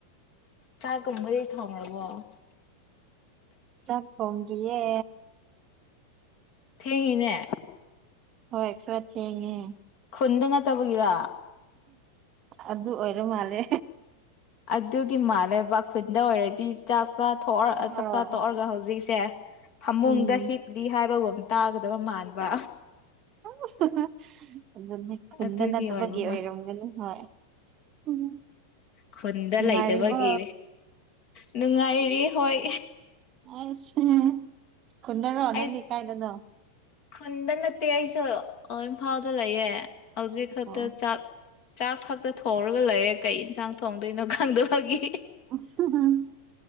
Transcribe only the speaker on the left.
ꯆꯥꯛꯀꯨꯝꯕꯗꯤ ꯊꯣꯡꯔꯕꯣ
ꯊꯦꯡꯉꯤꯅꯦ
ꯈꯨꯟꯗ ꯅꯠꯇꯕꯒꯤꯔꯥ
ꯑꯗꯨꯒꯤ ꯃꯥꯜꯂꯦꯕ ꯈꯨꯟꯗ ꯑꯣꯏꯔꯗꯤ ꯆꯥꯛ ꯆꯥ ꯊꯣꯛ ꯑ
ꯆꯥꯛ ꯆꯥ ꯇꯣꯛꯔꯒ ꯍꯧꯖꯤꯛꯁꯦ ꯐꯃꯨꯡꯗ
ꯍꯤꯞꯂꯤ ꯍꯥꯏꯕꯒꯨꯝ ꯇꯥꯒꯗꯕ ꯃꯥꯟꯕ
ꯑꯗꯨꯒꯤ
ꯑꯣꯏꯕ
ꯃꯥꯜ
ꯈꯨꯟꯗ
ꯂꯩꯇꯕꯒꯤ ꯅꯨꯡꯉꯥꯏꯔꯤ ꯍꯣꯏ
ꯑꯩ
ꯈꯨꯟꯗ ꯅꯠꯇꯦ ꯑꯩꯁꯨ ꯏꯝꯐꯥꯜꯗ ꯂꯩꯌꯦ ꯍꯧꯖꯤꯛ ꯈꯛꯇ
ꯆꯥꯛ ꯆꯥꯛ ꯈꯛꯇ ꯊꯣꯡꯔꯒ ꯂꯩꯌꯦ ꯀꯩ ꯏꯟꯁꯥꯡ ꯊꯣꯡꯗꯣꯏꯅꯣ ꯈꯪꯗꯕꯒꯤ